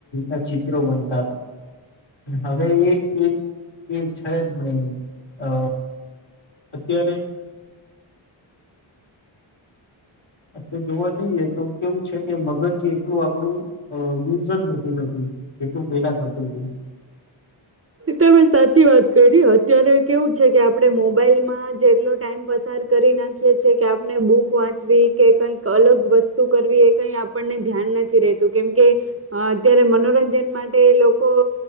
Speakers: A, on the left (about 70°); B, on the right (about 30°).
A: એક ચિત્ર બનત હવે એક એક એ છે જ નહી અ અત્યારે આપણે જોવા જઈએ તો કેવું છે કે મગજજી એટલું આપણું યુઝ જ નથી થતું એટલું પેલા થતું હત.
B: તમે સાચી વાત અત્યારે કેવું છે કે આપણે મોબાઈલમાં જટલો ટાઈમ પસાર કરી નાખીએ છેએ કે આપણે બુક વાંચવી કે કઈક અલગ વસ્તુ કરવી એ કઈ આપણને ધ્યાન નથી રેતું કેમકે અત્યારે મનોરંજન માટે લોકો